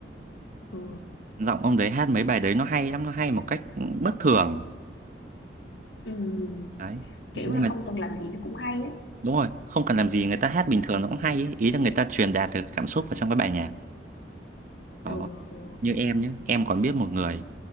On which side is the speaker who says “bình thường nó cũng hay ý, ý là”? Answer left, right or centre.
Right